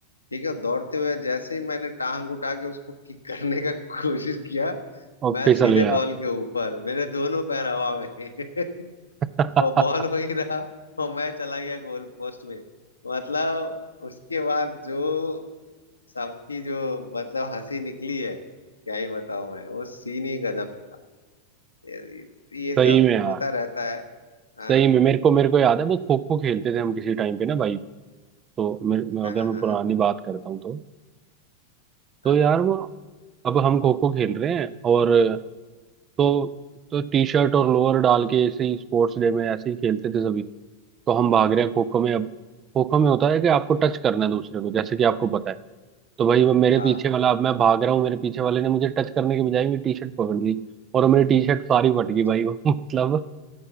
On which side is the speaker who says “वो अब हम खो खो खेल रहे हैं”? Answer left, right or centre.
Right